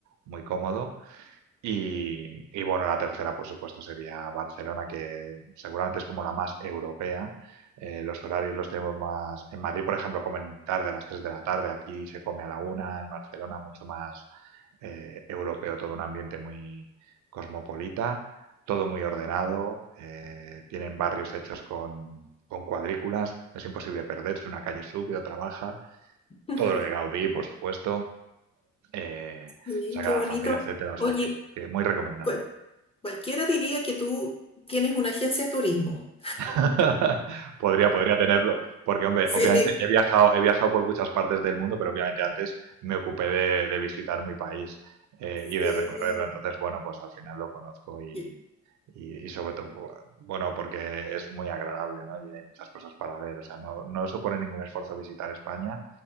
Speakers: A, on the right; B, on the left.
A: muy cómodo. Y, y bueno, la tercera, por supuesto, sería Barcelona, que seguramente es como la más europea. Eh, los horarios los tenemos más... En Madrid, por ejemplo, comen muy tarde, a las 3 de la tarde. Aquí se come a la una en Barcelona mucho más eh, europeo, todo un ambiente muy cosmopolita, todo muy ordenado, eh, tienen barrios hechos con, con cuadrículas, es imposible perderse, una calle sube, otra baja,
B: <laughs>
A: todo lo de Gaudí, por supuesto, eh,
B: Sí,
A: Sagrada
B: qué bonito.
A: Familia, etcétera, o
B: Oye,
A: sea que, que muy recomendable.
B: cual- cualquiera diría que tú tienes una agencia de turismo.
A: <laughs> Podría, podría tenerlo, porque hombre,
B: <laughs>
A: obviamente
B: Sí.
A: he viajado, he viajado por muchas partes del mundo, pero obviamente antes me ocupé de, de visitar mi país eh,
B: Sí.
A: y de recorrerlo, entonces bueno, pues al final lo conozco y,
B: qué-
A: y, y sobre todo, bu- bueno, porque es muy agradable, ¿no? Y hay muchas cosas para ver, o sea, no, no supone ningún esfuerzo visitar España,